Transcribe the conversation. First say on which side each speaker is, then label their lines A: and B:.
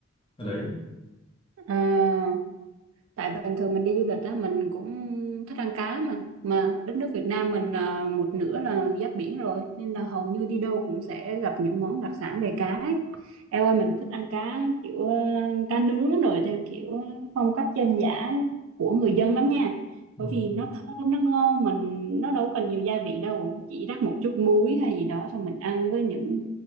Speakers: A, on the left (about 25°); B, on the right (about 80°).
A: ở đấy
B: à, tại bình thường mình đi du lịch đó mình cũng thích ăn cá mà mà đất nước Việt Nam mình à, một nửa là giáp biển rồi nên là hầu như đi đâu cũng sẽ gặp những món đặc sản về cá ấy. Eo ơi mình thích ăn cá kiểu ờ, cá nướng rồi theo kiểu phong cách dân dã của người dân lắm nha
A: ừ.
B: bởi vì nó thơm nó ngon mình nó đâu cần nhiều gia vị đâu chỉ rắc một chút muối hay gì đó xong mình ăn với những